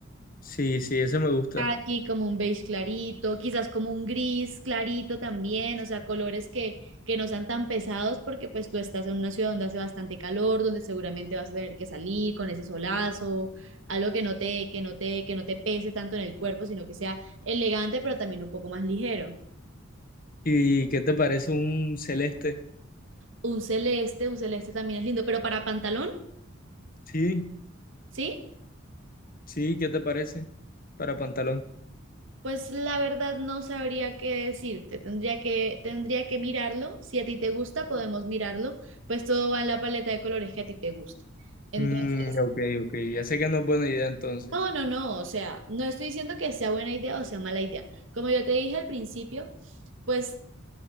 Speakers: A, on the left; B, on the right.
A: Sí, sí, ese me gusta.
B: Caqui, como un beige clarito, quizás como un gris clarito también, o sea, colores que, que no sean tan pesados porque pues tú estás en una ciudad donde hace bastante calor, donde seguramente vas a tener que salir con ese solazo, algo que no te, que no te, que no te pese tanto en el cuerpo, sino que sea elegante, pero también un poco más ligero.
A: ¿Y qué te parece un celeste?
B: Un celeste, un celeste también es lindo, pero para pantalón.
A: Sí,
B: ¿Sí?
A: sí, ¿qué te parece? Para pantalón.
B: Pues la verdad no sabría qué decirte. Tendría que, tendría que mirarlo. Si a ti te gusta, podemos mirarlo. Pues todo va en la paleta de colores que a ti te gusta. Entonces,
A: Mm, ok, ok, ya sé que no es buena idea entonces.
B: no, no, no. O sea, no estoy diciendo que sea buena idea o sea mala idea. Como yo te dije al principio, pues